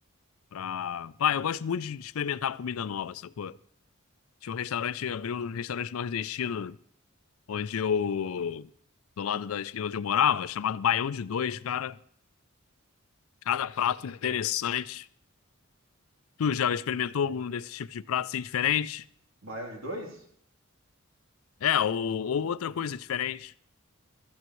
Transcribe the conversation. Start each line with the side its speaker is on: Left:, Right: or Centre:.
Left: Pra... Pá, eu gosto muito de experimentar comida nova, sacou? Tinha um restaurante, abriu um restaurante nordestino, onde eu, do lado da esquina onde eu morava, chamado Baião de Dois, cara. Cada prato interessante. Tu já experimentou algum desses tipos de prato assim diferente?
Right: Baião de dois?
Left: É, ou, ou outra coisa diferente.